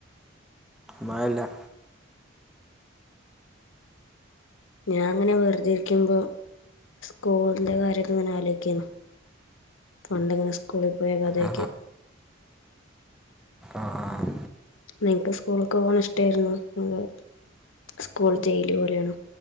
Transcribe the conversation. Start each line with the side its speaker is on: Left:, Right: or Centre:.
Centre: മയല്ല
Left: ഞാൻ ഇങ്ങനെ വെർതിരിക്കുമ്പോ സ്കൂളിന്റെ കാര്യക്കെ ഇങ്ങനെ ആലോയിക്കേന്നു പണ്ടിങ്ങനെ സ്കൂളി പോയ കഥയൊക്കെ
Centre: ആ ആഹ്‌ ആഹ്‌
Left: നിങ്ങക്ക് സ്കൂളിക്ക് പോണെ ഇഷ്ടായിരുന്നു അതോ സ്കൂൾ ജയില് പോലെയാണോ